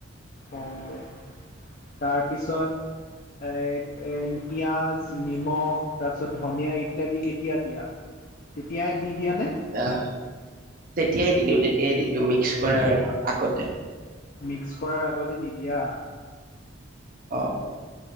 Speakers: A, on the left (about 45°); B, on the right (about 45°).
A: অ', তাৰপিছত খাই এ, পিয়াজ, নিমখ, তাৰপিছত ধনিয়া ই দি কেতিয়া দিয়া, তেতিয়াই দি দিয়া নে?
B: অ', তেতিয়াই দি দিওঁ তেতিয়াই দি দিওঁ, মিক্স কৰাৰ আগতে।
A: মিক্স কৰাৰ আগতে দি দিয়া।
B: অ